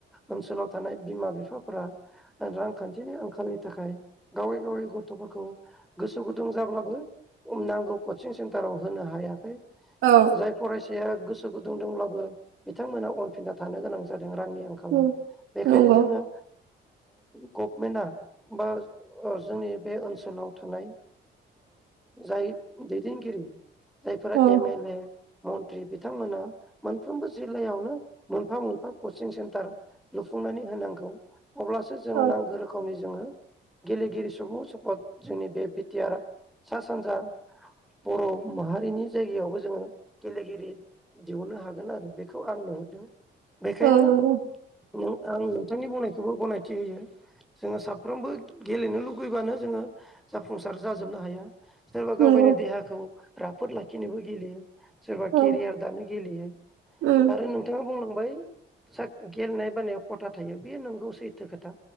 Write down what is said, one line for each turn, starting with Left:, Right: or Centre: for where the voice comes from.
Centre: ओनसोलाव थानाय बिमा बिफाफोरा रांखान्थिनि आंखालनि थाखाय गावै-गावै गथफोरखौ गोसो गुदुं जाब्लाबो नांगौ कचिं सेन्टाराव होनो हायाखै।
Right: औ
Centre: जाय फरायस जायहा गोसो गुंदुं दंब्लाबो बिथांमोना अनफिनना थानो गोनां जादों। जों रांनि आंखालाव
Right: उम,
Centre: बेखायनो
Right: नंगौ
Centre: जोङो गफमेन्तआ बा जोंनि बे ओनसोलाव थानाय जाय दैदेनगिरि जायफोरा
Right: औ
Centre: एम एल ए मन्त्रि बिथांमोना मोनफ्रोमबो जिल्लायावनो मोनफा मोनफा कचिं सेन्टार लुफुंनानै होनांगौ अब्लासो जोङो
Right: औ
Centre: नांगौ रोखोमनि जोङो गेलेगिरि सुबुं स्फद जोंनि बे बिटिआर सा सानजा बर माहारिनि जायगायावबो जोङो गेलेगिरि दिहुनो हागोन आरो बेखौ आं नुहुरदों बेखायनो
Right: औ नंगौ
Centre: आं नोंथांनि बुंनायखौबो गनायथि होयो जोङो साफ्रोमबो गेलेनो लुुबैबानो जोङो जाफुंसार जाजोबनो हाया सोरबा गाव
Right: नंगौ
Centre: गावनि देहाखौ राफोद लाखिनोबो गेलेयो सोरबा
Right: औ
Centre: केरियार दानो गेलेयो
Right: उम
Centre: आरो नोंथाङा बुंनांगौ बाय गेलेनाय बानायाव खथा थायो बे नंगौ सैथो खोथा